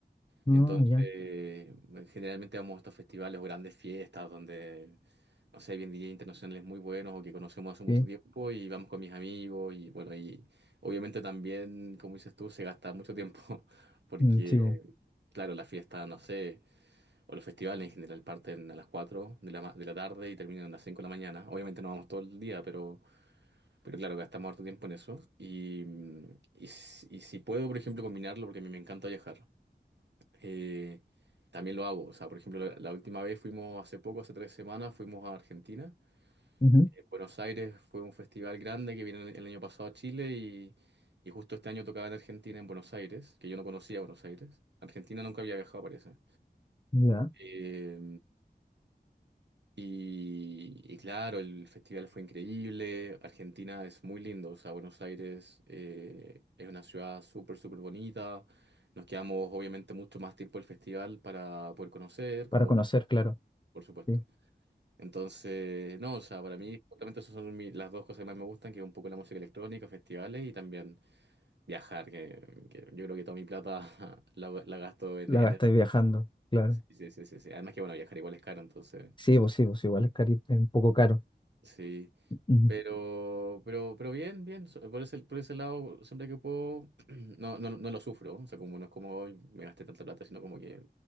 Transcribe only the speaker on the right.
Entonces,
eh, generalmente vamos a estos festivales o grandes fiestas donde, no sé, bien DJ internacionales muy buenos o que conocemos hace mucho
tiempo y vamos con mis amigos y bueno, y obviamente también, como dices tú, se gasta mucho tiempo <laughs> porque,
claro, la fiesta, no sé, o los festivales en general parten a las 4 de la, ma- de la tarde y terminan a las 5 de la mañana. Obviamente no vamos todo el día, pero, pero claro, gastamos harto tiempo en eso y, mm, y, si- y si puedo, por ejemplo, combinarlo porque a mí me encanta viajar eh, también lo hago. O sea, por ejemplo, la, la última vez fuimos hace poco, hace tres semanas, fuimos a Argentina.
Eh, Buenos Aires fue un festival grande que vino el, el año pasado a Chile y, y justo este año tocaba en Argentina, en Buenos Aires, que yo no conocía Buenos Aires. Argentina nunca había viajado, parece.
Eh, y, y claro, el festival fue increíble. Argentina es muy lindo. O sea, Buenos Aires eh, es una ciudad súper, súper bonita. Nos quedamos obviamente mucho más tiempo el festival para poder conocer,
como
por supuesto.
Entonces, no, o sea, para mí justamente esas son mi- las dos cosas que más me gustan, que es un poco la música electrónica, festivales y también viajar, que, que yo creo que toda mi plata <laughs> la, la gasto en,
en
el-
Sí, sí, sí, sí. sí. Además que, bueno, viajar igual es caro, entonces,
sí.
Pero, pero, pero bien, bien. so- Por ese, por ese lado, siempre que puedo, <clears throat> no, no, no lo sufro. O sea, como no es como hoy me gasté tanta plata, sino como que